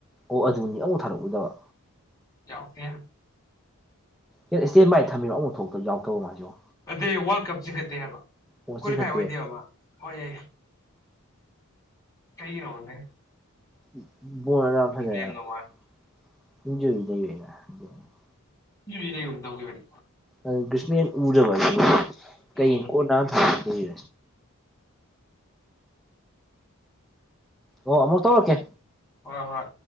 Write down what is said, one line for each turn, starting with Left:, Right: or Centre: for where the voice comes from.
Centre: ꯑꯣ ꯑꯗꯨꯅꯤ ꯑꯃꯨꯛ ꯊꯥꯔꯛꯎꯗꯕ
Left: ꯌꯥꯎꯇꯦ
Centre: ꯍꯦꯠ ꯏꯁꯇꯦꯟ ꯕꯥꯏ ꯊꯝꯃꯤꯔꯣ ꯑꯃꯨꯛ ꯊꯣꯛꯇ ꯌꯥꯎꯗꯕ ꯃꯥꯏꯖꯤꯕꯣ
Left: ꯅꯠꯇꯦ ꯋꯥꯔꯜ ꯀꯞ ꯆꯤꯡꯈꯠꯇꯦ ꯍꯥꯏꯕ
Centre: ꯑꯣ
Left: ꯀ꯭ꯋꯥꯂꯤꯐꯥꯏ
Centre: ꯆꯤꯡꯈꯠꯇꯦ
Left: ꯑꯣꯏꯗꯦꯕ ꯍꯣꯏ ꯌꯥ ꯀꯩꯒꯤ ꯅꯣꯅꯦ
Centre: <unintelligible>
Left: ꯂꯩꯔꯝꯗꯧ ꯃꯥꯜꯂꯦ ꯏꯔꯨꯖ ꯂꯩꯕꯩ ꯃꯇꯝ ꯀꯨꯏꯕꯅꯤ
Centre: ꯑꯗꯨ ꯒꯔꯤꯁꯃꯦꯟ ꯎꯖꯕ ꯀꯩ
Left: ꯎꯝ
Centre: ꯀꯣꯟ ꯅꯥꯅ ꯊꯥꯔꯛ ꯀꯅꯤ ꯑꯣ ꯑꯃꯨꯛ ꯇꯧꯔꯛꯀꯦ
Left: ꯍꯣꯏ ꯍꯣꯏ